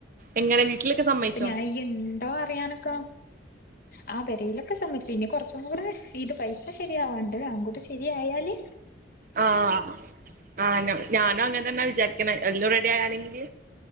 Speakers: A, on the right (about 45°); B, on the left (about 50°).
A: എങ്ങന വീട്ടിലൊക്കെ സമ്മയിച്ചോ
B: അപ്പൊ ഞാൻ ഇയ്യ് ണ്ടോ അറിയാനൊക്കെ ആഹ് പൊരയിലൊക്കെ സംമ്മതിച്ചു ഇനി കൊറച്ചും കൂടെ ഇത് പൈസ ശരിയാവാനുണ്ട് അൻകൂടെ ശരിയയാല്
A: ആഹ് ആഹ് ആഹ് ഞാനും അങ്ങനെ തന്നെയാ വിചാരിക്കെണ എല്ലാം റെഡി ആയാവാണെങ്കിൽ